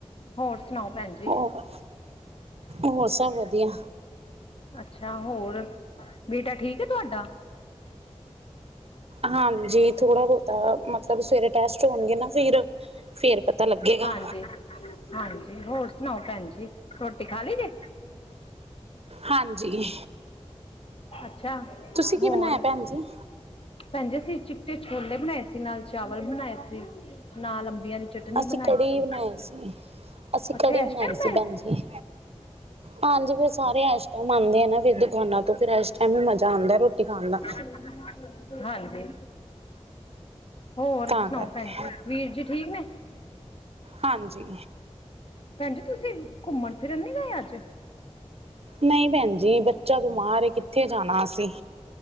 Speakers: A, on the left; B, on the right.
A: ਹੋਰ ਸੁਣਾਓ, ਭੈਣ ਜੀ।
B: ਹੋਰ ਹੋਰ, ਸਭ ਵਧੀਆ?
A: ਅੱਛਾ! ਹੋਰ, ਬੇਟਾ ਠੀਕ ਹੈ ਤੁਹਾਡਾ?
B: ਹਾਂਜੀ, ਥੋੜਾ-ਬਹੁਤਾ। ਮਤਲਬ, ਸਵੇਰੇ ਟੈਸਟ ਹੋਣਗੇ ਨਾ ਫਿਰ, ਫਿਰ ਪਤਾ ਲੱਗੇਗਾ।
A: ਹਾਂਜੀ, ਹਾਂਜੀ, ਹੋਰ ਸੁਣਾਓ, ਭੈਣ ਜੀ? ਰੋਟੀ ਖਾ ਲਈ ਜੇ
B: ਹਾਂਜੀ।
A: ਅੱਛਾ
B: ਤੁਸੀਂ ਕੀ
A: ਹੋਰ
B: ਬਣਾਇਆ, ਭੈਣ ਜੀ?
A: ਭੈਣ ਅਸੀਂ ਚਿੱਟੇ ਛੋਲੇ ਬਣਾਏ ਸੀ, ਨਾਲ ਚਾਵਲ ਬਣਾਏ ਸੀ, ਨਾਲ ਅੰਬੀਆਂ ਦੀ ਚਟਨੀ
B: ਅਸੀਂ
A: ਬਣਾਈ
B: ਕੜੀ
A: ਸੀ
B: ਬਣਾਈ ਸੀ, ਅਸੀਂ
A: ਅੱਛਾ
B: ਕੜੀ ਬਣਾਈ
A: ਇਸ ਟਾਈਮ
B: ਸੀ, ਭੈਣ ਜੀ। ਹਾਂਜੀ, ਫਿਰ ਸਾਰੇ ਇਸ ਟਾਈਮ ਆਉਂਦੇ ਆ ਨਾ ਫਿਰ ਦੁਕਾਨਾਂ ਤੋਂ ਫਿਰ ਇਸ ਟਾਈਮ ਵੀ ਮਜ਼ਾ ਆਉਂਦਾ ਹੌ ਰੋਟੀ ਖਾਣ ਦਾ।
A: ਹ <inaudible> ਹਾਂਜੀ, ਹੋਰ
B: ਤਾਂ
A: ਸੁਣਾਓ
B: ਕਰਕੇ
A: ਭੈਣ ਜੀ, ਵੀਰ ਜੀ ਠੀਕ ਨੇ?
B: ਹਾਂਜੀ।
A: ਭੈਣ ਜੀ ਤੁਸੀਂ ਘੁੰਮਣ-ਫਿਰਨ ਨੀ ਗਏ ਅੱਜ।
B: ਨਹੀਂ, ਭੈਣ ਜੀ, ਬੱਚਾ ਬਿਮਾਰ ਏ ਕਿੱਥੇ ਜਾਣਾ ਅਸੀਂ?